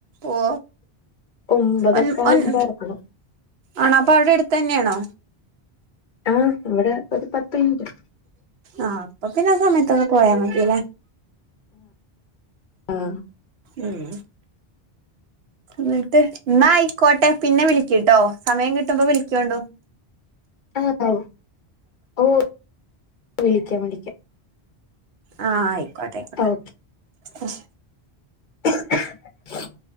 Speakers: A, on the right; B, on the left.
A: ഓ
B: ഒമ്പതൊക്കെ
A: ഒൻ
B: ആകുമ്പോ
A: ഒൻ
B: ഇറങ്ങണം
A: ആണോ അപ്പൊ അവിടെ അടുത്ത് തന്നെയാണോ
B: ആഹ് ഇവിടെ ഒരു പത്ത് മിനിറ്റ്
A: ആഹ് അപ്പൊ പിന്നെ ആ സമയത്തൊക്കെ പോയാ മതില്ലേ
B: ആഹ്
A: ഉം എന്നിട്ട് എന്നായിക്കോട്ടെ പിന്നെ വിളിക്ക ട്ടോ സമയം കിട്ടുമ്പോ വിളിക്കണ്ടോ
B: ആഹ് ഓഹ് വിളിക്ക വിളിക്കാം
A: ആഹ് ആയിക്കോട്ടെ ആയിക്കോട്ടെ
B: ഓ <unintelligible>